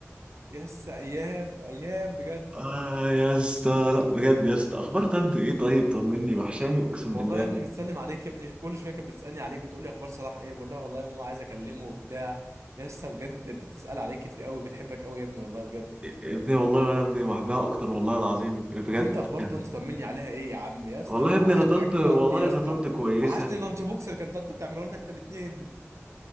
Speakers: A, on the right; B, on the right.
A: يا اسطى ايام ايام بجد
B: اه يا اسطى لا بجد يا اسطى اخبار طنط ايه طيب طمني وحشاني اقسم
A: والله
B: بالله
A: يا ابني بتسلم عليك يا ابني كل شويه كانت بتسالني عليك بتقول لي اخبار صلاح ايه بقول لها والله يا ماما عايز اكلمه وبتاع يا اسطى بجد بتسال عليك كتير قوي بتحبك قوي يا ابني والله بجد
B: يا ابني والله وانا ابني بحبها اكتر والله العظيم بجد
A: وانت اخبار
B: كان
A: طنط طمني عليها ايه يا عم يا اسطى
B: والله
A: انا
B: يا
A: وحشني
B: ابني انا طنط
A: اكل
B: والله
A: طنط يا
B: انا
A: اسطى
B: طنط كويسه
A: وحشني
B: <laughs>
A: لانش بوكس اللي كان طنط بتعمله لنا احنا الاثنين